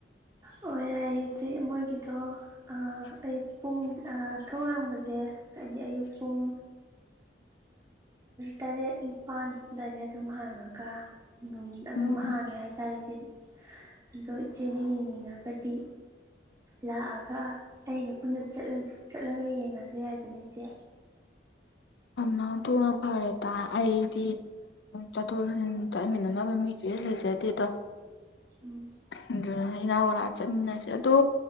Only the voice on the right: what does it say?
ꯑꯣ ꯌꯥꯏꯌꯦ ꯏꯆꯦ ꯃꯣꯏꯒꯤꯗꯣ ꯑꯌꯨꯛ ꯄꯨꯡ ꯊꯣꯡ ꯍꯥꯡꯕꯁꯦ ꯍꯥꯏꯗꯤ ꯑꯌꯨꯛ ꯄꯨꯡ ꯇꯔꯦꯠ ꯅꯤꯄꯥꯜ ꯑꯗꯥꯏꯗꯩꯩ ꯑꯗꯨꯝ ꯍꯥꯡꯉꯒ ꯑꯗꯨꯝ
ꯍꯥꯡꯉꯦ ꯍꯥꯏꯇꯥꯔꯦ ꯏꯆꯦ ꯑꯗꯣ ꯏꯆꯦꯅ ꯌꯦꯡꯅꯤꯡꯉꯒꯗꯤ ꯂꯥꯛꯑꯒ ꯑꯩꯒ ꯄꯨꯟꯅ ꯆꯠꯂꯒ ꯌꯦꯡꯉꯁꯨ ꯌꯥꯏꯗꯅ ꯏꯆꯦ
ꯎꯝ